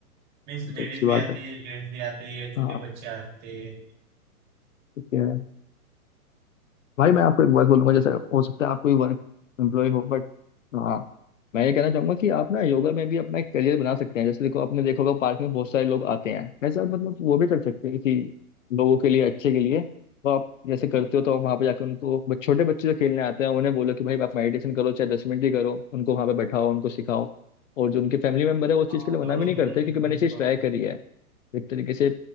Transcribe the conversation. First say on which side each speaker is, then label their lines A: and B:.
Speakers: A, on the right; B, on the left.
A: मीन्स लेडीज
B: तो अच्छी बात
A: भी आती
B: है
A: है जेंट्स भी आते हैं छोटे
B: हाँ
A: बच्चे आते हैं
B: ठीक है भाई मैं आपको एक बात बोलूंगा जैसे हो सकता है आप कोई वर्क एम्प्लॉय हो बट हाँ मैं ये कहना चाहूंगा कि आप ना योगा में भी अपना एक करियर बना सकते हैं जैसे देखो आपने देखा होगा पार्क में बहुत सारे लोग आते हैं ऐसा मतलब वो भी कर सकते हैं कि लोगों के लिए अच्छे के लिए तो आप जैसे करते हो तो आप वहाँ पे जाकर उनको ब- छोटे बच्चे जो खेलने आते हैं उन्हें बोलो कि भाई आप मेडिटेशन करो चाहे दस मिनट ही करो उनको वहाँ पे बैठाओ उनको सिखाओ और जो उनके फैमिली मेम्बर है वो उस
A: हाँ
B: चीज़
A: हाँ,
B: के लिए
A: जरूर
B: मना भी नहीं
A: जरूर
B: करते
A: मैं
B: क्योंकि
A: बोलूंगा
B: मैंने ये चीज़
A: वो।
B: ट्राई करी है एक तरीके से